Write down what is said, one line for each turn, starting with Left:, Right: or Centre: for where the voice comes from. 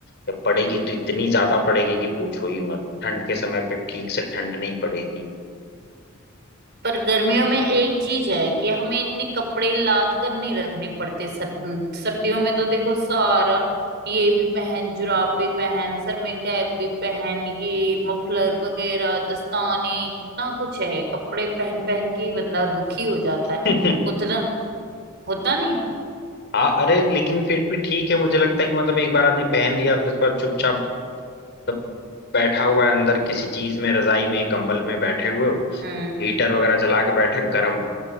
Left: या पड़ेगी तो इतनी ज्यादा पड़ेगी कि पूछो ही मत ठंड के समय पे ठीक से ठंड नहीं पड़ेगी
Right: पर गर्मियों में एक चीज है कि हमें इतने कपड़े लाद कर नहीं रखने पड़ते सर, सर्दियों में तो देखो सारा ये भी पहन जुराब भी पहन सर में कैप भी पहन ये मफलर वगैरह दस्ताने कितना कुछ है कपड़े पहन पहन के ही बंदा दुखी हो जाता है
Left: <laughs>
Right: उतना होता नहीं
Left: हाँ अरे लेकिन फिर भी ठीक है मुझे लगता है कि मतलब एक बार आदमी पहन लिया फिर उसके बाद चुपचाप सब बैठा हुआ है अंदर किसी चीज में रजाई में कंबल में बैठे हुए हो
Right: हम्म
Left: हीटर वगैरह जला के बैठे गर्म है